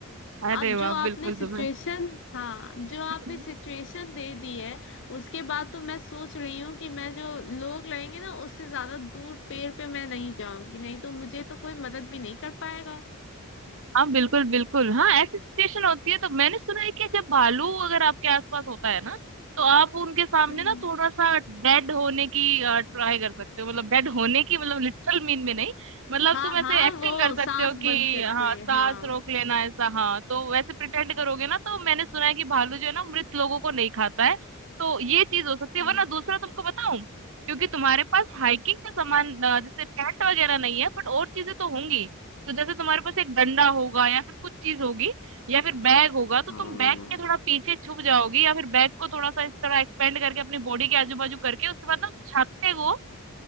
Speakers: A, on the right; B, on the left.
A: अरे
B: अब
A: वाह
B: जो आपने
A: बिल्कुल
B: सिचुएशन
A: तुम्हें
B: हाँ जो आपने
A: <laughs>
B: सिचुएशन दे दी है उसके बाद तो मैं सोच रही हूँ कि मैं जो लोग लगेंगे ना उससे ज्यादा दूर पेड़ पे मैं नहीं जाऊंगी नहीं तो मुझे तो कोई मदद भी नहीं कर पाएगा
A: हाँ बिल्कुल बिल्कुल हाँ ऐसी सिचुएशन होती है तो मैंने सुना है कि जब भालू अगर आपके आसपास होता है ना तो आप उनके सामने
B: हम्म
A: ना थोड़ा सा डेड होने की ट्राई कर सकते हो मतलब डेड होने की मतलब लिटरल मीन में नहीं मतलब
B: हाँ
A: तुम ऐसे
B: हाँ
A: एक्टिंग
B: वो
A: कर सकते
B: सांस
A: हो कि
B: बंद करके
A: हाँ सांस
B: हाँ
A: रोक लेना ऐसा हाँ तो वैसे प्रिटेंड करोगे ना तो मैंने सुना है कि भालू जो है ना मृत लोगों को नहीं खाता है तो ये चीज हो सकती
B: हाँ
A: है वरना दूसरा तुमको बताऊं क्योंकि तुम्हारे पास हाइकिंग का सामान अ, जैसे टेंट वगैरह नहीं है बट और चीजें तो होंगी तो जैसे तुम्हारे पास एक डंडा होगा या फिर कुछ चीज होगी या फिर बैग होगा तो
B: हाँ।
A: तुम बैग के थोड़ा पीछे छुप जाओगी या फिर बैग को थोड़ा सा इस तरह एक्सपेंड करके अपनी बॉडी के आजू बाजू करके उसके बाद ना उस छाते को